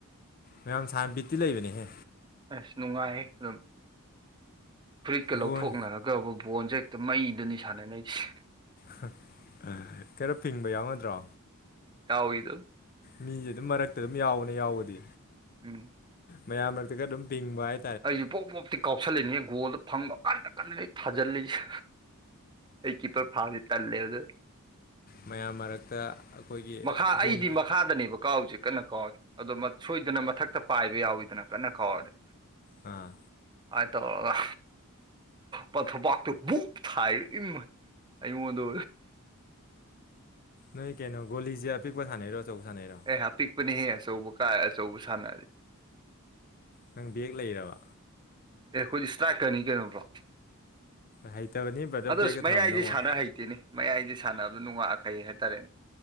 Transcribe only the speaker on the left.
ꯃꯌꯥꯝ ꯁꯥꯟꯕꯤꯠꯇꯤ ꯂꯩꯕꯅꯦꯍꯦ
ꯒꯣꯟ
ꯍꯥ ꯀꯩꯅꯣ ꯐꯤꯡꯕ ꯌꯥꯎꯅꯗ꯭ꯔꯣ
ꯃꯤꯁꯦ ꯑꯗꯨꯝ ꯃꯔꯛꯇ ꯑꯗꯨꯝ ꯌꯥꯎꯕꯅꯦ ꯌꯥꯎꯕꯗꯤ
ꯃꯌꯥꯝ ꯃꯔꯛꯇꯒ ꯑꯗꯨꯝ ꯄꯤꯡꯕ ꯍꯥꯏ
ꯃꯌꯥꯝ ꯃꯔꯛꯇ ꯑꯩꯈꯣꯏꯒꯤ
ꯕꯣꯟ
ꯑꯥ
ꯅꯣꯏ ꯀꯩꯅꯣ ꯒꯣꯂꯤꯁꯦ ꯑꯄꯤꯛꯄ ꯁꯥꯟꯅꯩꯔꯣ ꯑꯆꯧ ꯁꯥꯟꯅꯩꯔꯣ
ꯅꯪ ꯕꯒ ꯂꯩꯔꯕ
ꯍꯩꯇꯕꯅꯤ ꯕ꯭ꯔꯗꯔ
ꯕꯦꯛꯀ
ꯊꯝꯃꯝꯗꯧ ꯃꯥꯜꯂꯦ